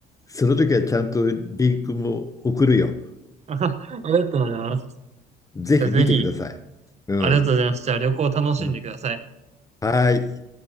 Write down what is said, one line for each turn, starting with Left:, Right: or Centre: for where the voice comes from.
Left: その時はちゃんとリンクも送るよ。
Right: <laughs> ありがとうございます。
Left: ぜひ見てください。
Right: じゃあぜひ、
Left: うん。
Right: ありがとうございます。じゃあ旅行楽しんでください。
Left: うんはい。